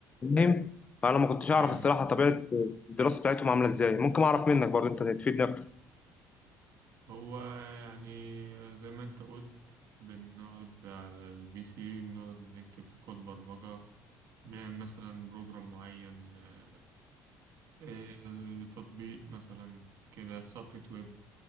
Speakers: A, on the left (about 20°); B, on the right (about 70°).
A: فاهم فانا ما كنتش اعرف
B: أيوه
A: الصراحه
B: أيوه
A: طبيعه الدراسه بتاعتهم عامله ازاي ممكن اعرف منك برضو انت تفيدني اكتر
B: هو يعني زي ما أنت قلت بنقعد على البي سي بنقعد نكتب كود برمجة بنعمل مثلا بروجرام معين آه، آه، تطبيق مثلا كده صفحة ويب